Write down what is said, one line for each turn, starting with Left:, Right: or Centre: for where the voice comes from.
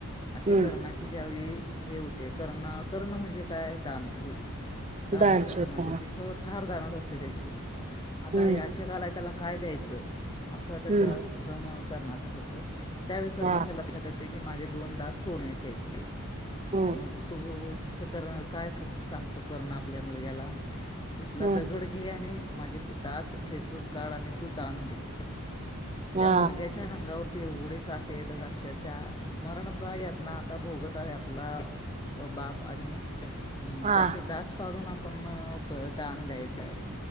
Left: असे
Right: हम्म
Left: कर्णाचे ज्यावेळी हे होते कर्ण-कर्ण म्हणजे काय दानशूर दानशुर
Right: दानशूर
Left: पणा
Right: हा
Left: त्याची फ फार दानत असते त्याची आता
Right: हम्म
Left: याचक आलाय त्याला काय द्यायचं? असं त्याचा
Right: हम्म
Left: <inaudible> भ्रम करणाचं होतं त्यावेळी करणाच्या
Right: हा
Left: लक्षात ये के की माझे दोन दात सोन्याचे आहेत
Right: हम्म
Left: मग तो कसं करणं काय क-क सांगतो कर्ण आपल्या मुलग्याला इथला
Right: हम्म
Left: दगड घे आणि माझे दात ठेचून काढ आणि तू दान दे त्या
Right: हा
Left: मुलग्याच्या अंगावर केव्हढे काटे येतात अक्षशः मरणप्राय यातना आता भोगत आहे आपला बाप आणि <inaudible> <inaudible> अं
Right: हा
Left: त्याचे दात पाडून आपण प दान द्यायचंय.